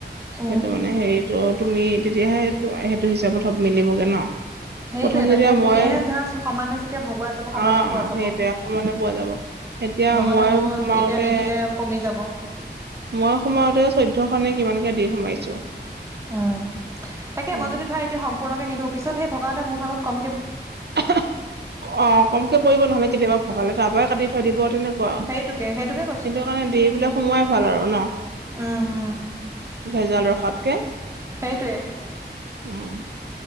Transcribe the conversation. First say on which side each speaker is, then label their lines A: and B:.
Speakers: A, on the right; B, on the right.
A: উম
B: সেইটো মানে হেৰিতটো তুমি তেতিয়াহে সেইটো হিচাপত হব মিলিবগে ন
A: সেইটোয়ে
B: প্ৰথম যেতিয়া
A: তাকে তেতিয়াহে
B: মই
A: ধৰা সমানে যেতিয়া ভগোৱা যাব সমানে
B: অ
A: পোৱা
B: অ
A: যাব
B: সেইটো সমানে পোৱা যাব এতিয়া
A: নহলে
B: মই
A: মোৰ
B: সোমাওতে
A: এতিয়া নিদিলে কমি যাব
B: মই সোমাওতে চৈধ্যশ নে কিমান দি সোমাইছো
A: উম তাকে
B: উম
A: মই যদি ধৰা এতিয়া সম্পূৰ্ণকে নিদিওঁ পিছত সেই ভগাওতে এটা মোৰ ভাগত কম
B: অ কমকে পৰিব নহলে কেতিয়াবা ভগালে তাৰ পৰাই কাটি থৈ দিব তেনেক ক সেইটো
A: সেইটোকে সেইটোকে
B: কাৰণে দি বোলে সোমোৱাই ভাল আৰু ন
A: উ উ
B: ভেজাল ৰখাতকে
A: সেইটোৱে
B: উম